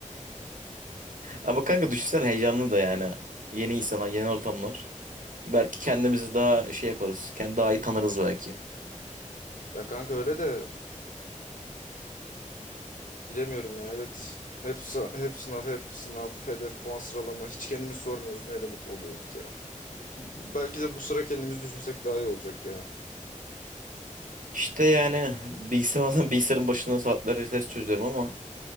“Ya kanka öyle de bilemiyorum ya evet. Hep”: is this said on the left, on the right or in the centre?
Left